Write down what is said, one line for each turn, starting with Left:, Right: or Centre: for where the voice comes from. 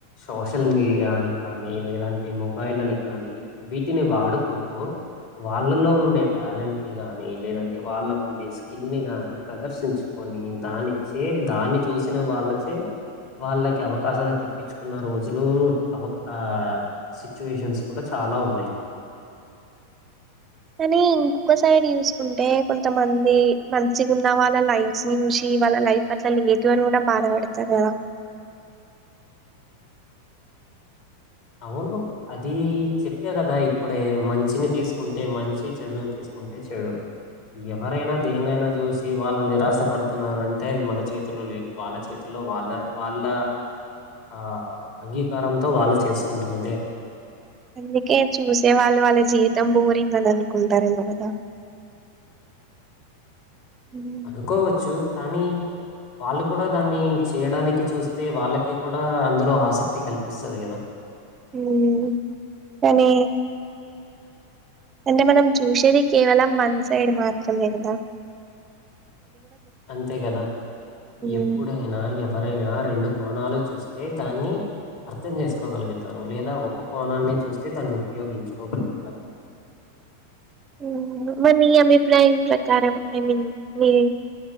Left: సోషల్ మీడియాని కానీ, లేదంటే మొబైల్ అని కానీ వీటిని వాడుకుంటూ వాళ్ళలో ఉండే టాలెంట్నీ గానీ, లేదంటే వాళ్ళకు ఉండే స్కిల్ని గానీ ప్రదర్శించుకొని, దానిచే దాన్ని చూసిన వాళ్ళక్ చే వాళ్ళకి అవకాశాలు తెప్పించుకున్న రోజులు అవక్ ఆ సిచ్యువేషన్స్ కూడా చాలా ఉన్నాయి
Right: కానీ ఇంకొక సైడ్ చూసుకుంటే కొంతమంది మంచిగా ఉన్న వాళ్ళ లైఫ్స్ ని చూసి వాళ్ళ లైఫ్ అట్లా లేదు అని కూడా బాధపడతరూ గదా
Left: అవును అది చెప్పే గదా ఇప్పుడే మంచిని తీసుకుంటే మంచి చెడుని తీసుకుంటే చెడు ఎవరైనా దేన్నైనా చూసి వాళ్ళు నిరాశ పడుతున్నారంటే అది మన చేతిలో లేదు వాళ్ళ చేతిల్లో వాళ్ళ వాళ్ళ ఆ అంగీకారంతో వాళ్ళ చేసు కుంటున్నదే
Right: అందుకే చూసే వాళ్ళు వాళ్ళ జీవితం బోరింగ్ గదా అనుకుంటారెమో గదా ఉమ్
Left: అనుకోవచ్చు కానీ వాళ్ళు కూడా దాన్ని చేయడానికి చూస్తే వాళ్ళకి కూడ్ ఆ అందులో ఆసక్తి కలిపిస్తాది గదా
Right: ఉమ్ కాని అంటే మనం చూసేది కేవలం వన్ సైడ్ మాత్రమే గదా
Left: అంతేగదా
Right: ఉమ్
Left: ఎప్పుడైనా ఎవరైనా రెండు కోణాలు చూస్ స్తే దాన్ని అర్థం చేసుకోగలుగుతారు లేదా ఒక్కొ కోణాన్ని చూస్తే దాన్ని ఉపయోగించుకోగలుగుతారు
Right: ఉమ్ మరి నీ అభిప్రాయం ప్రకారం ఐ మీన్ మీ